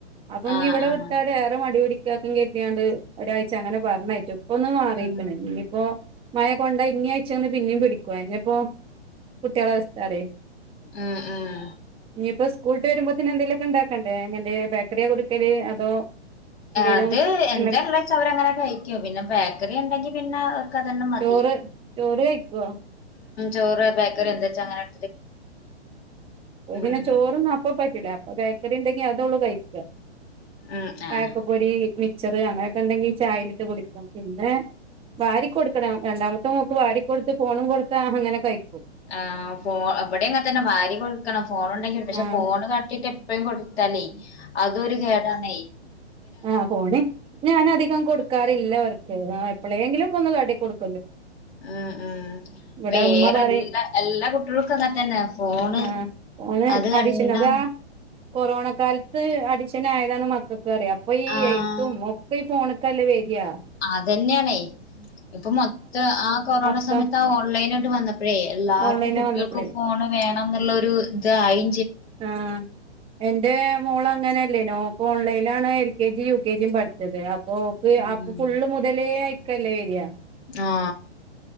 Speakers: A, on the right (about 15°); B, on the left (about 65°).
A: അപ്പോ ഇനി
B: ആഹ്
A: ഇവിടെ
B: ആഹ്
A: വിട്ടാൽ വേറെ മടി പിടിക്കും ഒരാഴ്ച അങ്ങനെ പറഞ്ഞയച്ചു ഇപ്പോൾ ഇച്ചിരി മാറിയിരിക്കുന്നു
B: ഉം
A: ഇനിയിപ്പോ <unintelligible> മഴകൊണ്ട് ഇനി ആഴ്ച ഇനിയും പിടിക്കും കുട്ടികളുടെ അവസ്ഥ അറിയുമോ
B: ഉം ഉം
A: ഇനിയിപ്പോ സ്കൂൾ ഇവര് വരുമ്പോൾ തന്നെ എന്തെങ്കിലുമൊക്കെ ഉണ്ടാക്കണ്ടേ എങ്ങനാ ബേക്കറി കൊടുക്കൽ അതോ എന്തേലും
B: അത് എന്താ
A: എണ്ണ
B: ഉള്ളതെന്ന് വെച്ചാൽ അവർ അങ്ങനെ തന്നെ കഴിക്കും പിന്നെ ബാക്കി അവർക്ക് അങ്ങനെ തന്നെ മതി
A: ചോറ് ചോറ് കഴിക്കുവോ
B: ചോറ് ബേക്കറി
A: ഉം
B: എന്താന്ന് വെച്ചാൽ
A: പിന്നെ
B: ഉം
A: ചോറൊന്നും അപ്പോൾ പറ്റൂല്ല അപ്പോൾ ബേക്കറി ഉണ്ടെങ്കിൽ അവൾ അത് കഴിക്കും
B: ഉം ആഹ്
A: ആ ഇപ്പൊ പൊരി, മിച്ചർ അങ്ങനെയൊക്കെ ഉണ്ടെങ്കിൽ ചായയിൽ ഇട്ടു കുടിക്കും പിന്നെ വാരി കൊടുക്കണം രണ്ടാമത്തെ മോൾക്ക് വാരിക്കൊടുത്ത് ഫോണും കൊടുത്താൽ അങ്ങനെ കഴിക്കും
B: ആ ഇവിടെയും അങ്ങനെ തന്നെ വാരി കൊടുക്കണം ഫോൺ ഉണ്ടെങ്കിൽ, പക്ഷേ
A: ആഹ്
B: ഫോൺ കാട്ടിയിട്ട് എപ്പോഴും എപ്പോഴും കൊടുത്താലേ അത് ഒരു കേടാണ്
A: ആ ഫോണ് ഞാൻ അധികം കൊടുക്കാറില്ല അവർക്ക് എപ്പോഴെങ്കിലും ഒക്കെ ഒന്ന് കാട്ടിക്കൊടുക്കും
B: ആ ആ
A: ഇവിടെ
B: വേറെ,
A: ഉമ്മ പറയും
B: വേറെ എല്ലാ കുട്ടികൾക്കും അങ്ങനെ തന്നെ, ഫോണ്
A: ആഹ് ഫോണ്
B: അത് കണ്ട്
A: അഡിഷൻ
B: എടാ
A: അതാ കൊറോണ കാലത്ത് അടിക്ഷനായതാണ് മക്കൾക്ക് അറിയാം അപ്പൊ ഈ
B: ആഹ്
A: എഴുത്തും ഒക്കെ ഈ ഫോണി <unintelligible> ന്നിട്ട് വല്ലതും എഴുതിയ <inaudible>
B: അതുതന്നെയാണെ ഇപ്പൊ മൊത്തം ആ കൊറോണ
A: മൊത്തം
B: സമയത്ത് ആ ഓൺലൈന ആായിട്ട് വന്നപ്പോഴേ എല്ലാർക്കും
A: ഓൺലൈന്
B: കുട്ടികൾക്കും
A: വന്നപ്പളേ
B: ഫ ഫോണ് വേണം എന്നുള്ള ഇതായി
A: ആഹ എന്റെ മോള അങ്ങനെ ല്ല നോക്ക് ഓൺലൈനണ് L K G U K ജിയും പഠിച്ചത് അപ്പൊക്ക്
B: ഉം
A: അ ഫുള്ള് മുതലേ കല്ല വരിയാ
B: ആ